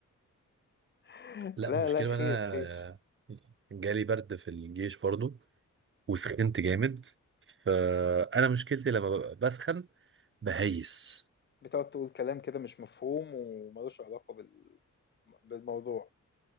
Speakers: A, on the left; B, on the right.
A: <laughs>
B: لا
A: لا،
B: المشكلة
A: لا، خير،
B: بقى انا
A: خير.
B: جالي برد في الجيش برضو وسخنت جامد فانا مشكلتي لما ببقى بسخن بهيس
A: بتقعد تقول كلام كده مش مفهوم وما لوش علاقة بال بالموضوع.